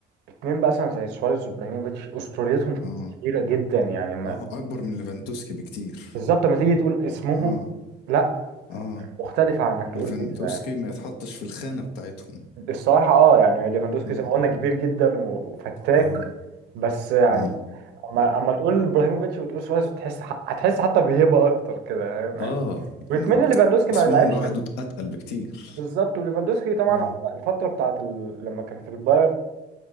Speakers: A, on the right; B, on the left.
A: اتنين بقى مثلا زي سواريز وابراهيموفيتش اسطوريتهم
B: اه
A: كبيره جدا يعني ما
B: اه اكبر من ليفاندوسكي بكتير
A: بالظبط ما تيجي تقول اسمهم
B: اه
A: لا
B: اه
A: مختلفه عن انك تقول
B: ليفاندوسكي
A: إيه.
B: ما يتحطش في الخانة بتاعتهم
A: الصراحه اه يعني ليفاندوسكي
B: اه
A: زي ما قلنا كبير جدا وفتاك
B: اه
A: بس يعني
B: اه,
A: اما اما تقول ابراهيموفيتش وتقول سواريز تحس هتحس حتى بهيبه اكتر كده فاهم
B: <clears throat>
A: يعني
B: آه. يعني
A: وكمان ليفاندوسكي
B: اسمهم
A: ما لعبش
B: لوحده اتقل بكتير
A: بالظبط وليفاندوسكي طبعا
B: اه
A: الفتره بتاعت ال... لما كان في البايرن